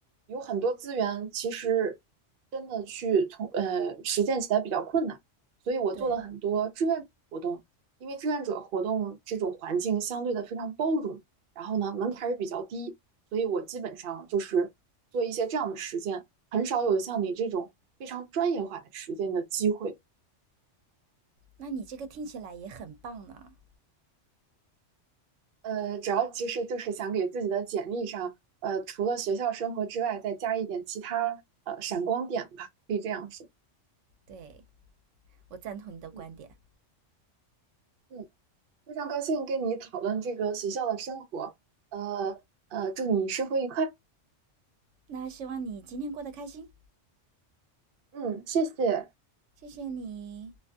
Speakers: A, on the right; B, on the right.
A: 有很多资源，其实真的去从呃实践起来比较困难。所以我做了很多志愿者活动，
B: 对，
A: 因为志愿者活动这种环境相对的非常包容，然后呢门槛儿也比较低。所以我基本上就是做一些这样的实践，很少有像你这种非常专业化的实践的机会。
B: 那你这个听起来也很棒呢。
A: 呃，主要其实就是想给自己的简历上，呃，除了学校生活之外，再加一点其他呃闪光点吧，可以这样说。
B: 对，我赞同你的观点。
A: 嗯嗯，非常高兴跟你讨论这个学校的生活，呃呃，祝你生活愉快。
B: 那希望你今天过得开心，
A: 嗯，谢谢。
B: 谢谢你。